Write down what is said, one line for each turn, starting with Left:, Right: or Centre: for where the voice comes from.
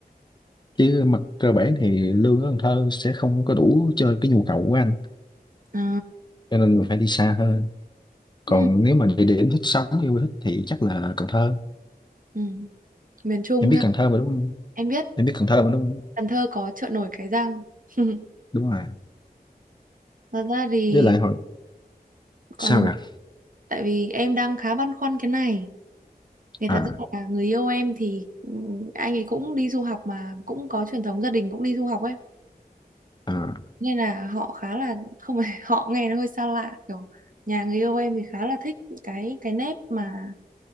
Left: chứ mặt cơ bản thì lương ở Cần Thơ sẽ không có đủ cho cái nhu cầu của anh
Right: Ờ,
Left: cho nên mình phải đi xa hơn còn
Right: ừ,
Left: nếu mà địa điểm thích sống yêu thích thì chắc là Cần Thơ
Right: ừ. miền Trung
Left: em
Right: ha
Left: biết Cần Thơ mà đúng không
Right: em biết
Left: em biết Cần Thơ mà đúng không
Right: Cần Thơ có chợ nổi Cái Răng <laughs>
Left: đúng rồi
Right: thật ra thì
Left: với lại hồi
Right: còn
Left: sao là
Right: tại vì em đang khá băn khoăn cái này thì thật
Left: à
Right: ra là người yêu em thì ừ, anh ấy cũng đi du học mà cũng có truyền thống gia đình cũng đi du học ấy
Left: à
Right: nên là họ khá là không phải <laughs> họ nghe nó hơi xa lạ kiểu nhà người yêu em thì khá là thích cái cái nếp mà